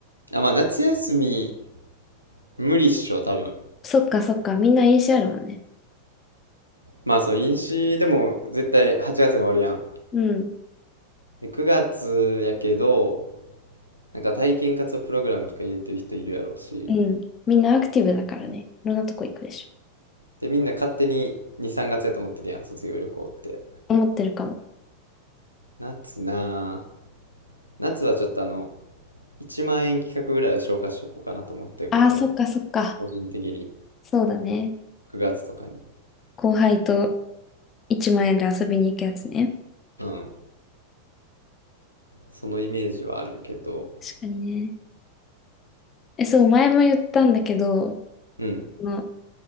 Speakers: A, on the right; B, on the left.
A: あ、まあ夏休み無理っしょ、多分。
B: そっかそっか。みんな飲酒あるもんね。
A: まあそう、飲酒でも絶対8月に終わるやん。
B: うん。
A: で、9月やけど、なんか体験活動プログラムとか入れてる人いるやろうし、
B: うん。みんなアクティブだからね。いろんなとこ行くでし
A: で、みんな勝手に2、3月やと思ってるやん、卒業旅行って。
B: ょ。思ってるかも。
A: 夏なぁ。夏はちょっとあの、1万円企画ぐらいは消化しとこうかなと思ってるけど、
B: ああ、そっかそっか。
A: 俺は。個人的に。
B: そうだね。
A: 9月とかに。
B: 後輩と1万円で遊びに行くやつね。
A: うん。そのイメージはあるけど。
B: 確かにね。え、そう、前も言ったんだけど、
A: うん。
B: あの